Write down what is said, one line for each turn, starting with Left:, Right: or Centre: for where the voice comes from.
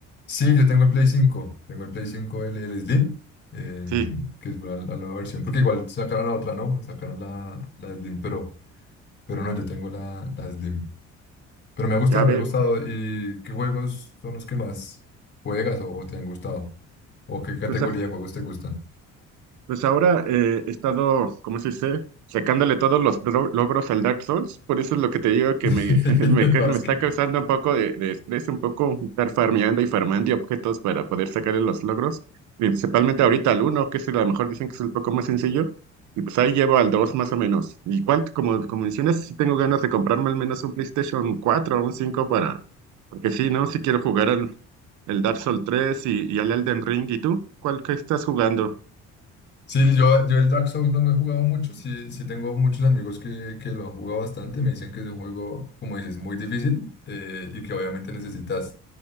Left: Sí, yo tengo el Play cinco tengo el Play cinco el, el Slim, em,
Right: Sí,
Left: que es la, la nueva versión, porque igual sacaron la otra, ¿no? Sacaron la, la Slim pero pero no, yo tengo la, la Slim. Pero me ha gustado,
Right: ya
Left: me
Right: ve.
Left: ha gustado. ¿Y qué juegos son los que más juegas o, o te han gustado? ¿O qué categoría
Right: pues,
Left: de juegos te gustan?
Right: Pues ahora eh, he estado, ¿cómo se dice? Sacándole todos los dro- logros al Dark Souls. Por eso es lo que te digo que
Left: <laughs>
Right: me, <laughs> me, ca-
Left: No,
Right: me
Left: es
Right: está
Left: que
Right: causando un poco de, de estrés, un poco estar farmeando y farmeando y objetos para poder sacarle los logros. Principalmente ahorita al uno que es el- a lo mejor dicen que es un poco más sencillo. Y pues ahí llevo al 2 más o menos. Igual, como, como mencionas, sí tengo ganas de comprarme al menos un PlayStation cuatro o un 5 para... Porque sí, ¿no? Sí quiero jugar al el Dark Souls tres y, y al Elden Ring. ¿Y tú? ¿Cuál que estás jugando?
Left: Sí, yo, yo el Dark Souls no lo he jugado mucho, sí, sí tengo muchos amigos que, que lo han jugado bastante, me dicen que es un juego, como dices, muy difícil eh, y que obviamente necesitas